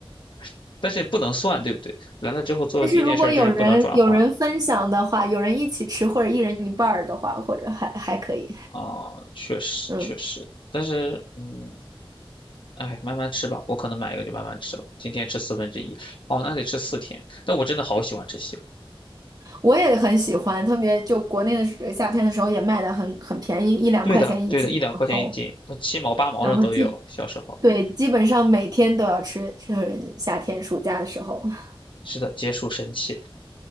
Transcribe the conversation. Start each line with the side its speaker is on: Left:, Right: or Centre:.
Left: <laughs> 但是也不能算，对不对？来了之后做的第一件事儿就是不能转换
Right: 但是如果有人有人分享的话，有人一起吃或者一人一半儿的话，或者还还可以，
Left: 啊，确实确实，
Right: 嗯。
Left: 但是嗯。哎，慢慢吃吧，我可能买一个就慢慢吃吧。今天吃四分之一，哦，那得吃四天。但我真的好喜欢吃西瓜。
Right: 我也很喜欢，特别就国内的时夏天的时候也卖的很很便宜，一两块钱一斤，
Left: 对的，对的，一两块钱一斤，
Right: 然后
Left: 那七毛八毛的都有。
Right: 然后基
Left: 小时候，
Right: 对基本上每天都要吃，是夏天暑假的时候。<laughs>
Left: 是的，结束神器。